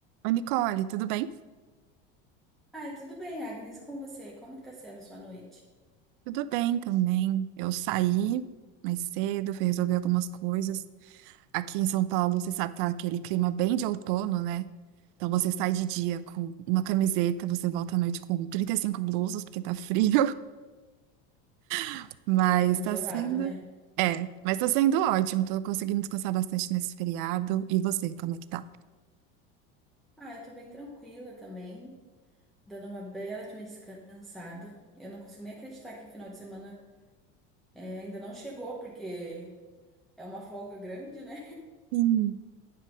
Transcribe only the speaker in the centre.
Ai, tudo bem, Agnes, e com você? Como que tá sendo sua noite?
Tu volta congelado,
né?
Ah, eu tô bem tranquila também, dando uma bela de uma descansada. Eu não consigo nem acreditar que final de semana eh, ainda não chegou, porque é uma folga grande, né?